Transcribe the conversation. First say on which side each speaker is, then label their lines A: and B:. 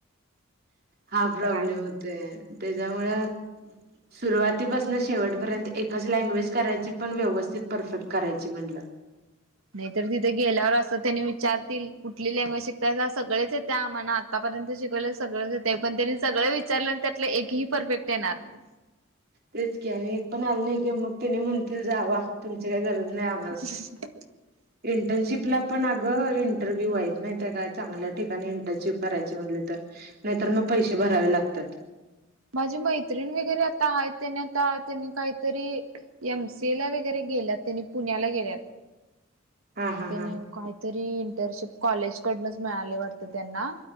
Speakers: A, on the right; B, on the right.
A: ते
B: हा प्रॉब्लेम
A: तर आहे.
B: होत ते त्याच्यामुळे सुरुवातीपास शेवटपर्यंत एकच लँग्वेज करायची, पण व्यवस्थित परफेक्ट करायची म्हणटलं.
A: नाही तर तिथं गेल्यावर असं त्यांनी विचारतील कुठली लँग्वेज शिकताय सगळेच येत आमाना आतापर्यंत शिकवलं सगळंचय, पण त्यांनी सगळं विचारलं त्यातलं एकही परफेक्ट येणार नाही.
B: तेच की आणि एक पण आल नाही की मग तेनी म्हणतील जावा, तुमची काय गरज नाही आ
A: ह <unintelligible>
B: इंटर्नशिपला पण अगं इंटरव्ह्यू वहत नाही त्या का, चांगल्या ठिकाणी इंटर्नशिप करायची म्हटली तर. नाहीतर मग पैसे भरावे लागतात.
A: माझे मैत्रिण वगैरे आता आहेत त्याने आता त्यांनी काहीतरी एम सी ए ला वगैरे गेल्यात त्यांनी पुण्याला गेल्यात.
B: हा हा
A: त्यानी
B: हा
A: काहीतरी इंटर्नशिप कॉलेज कडूनच मिळाले वाटत त्यांना.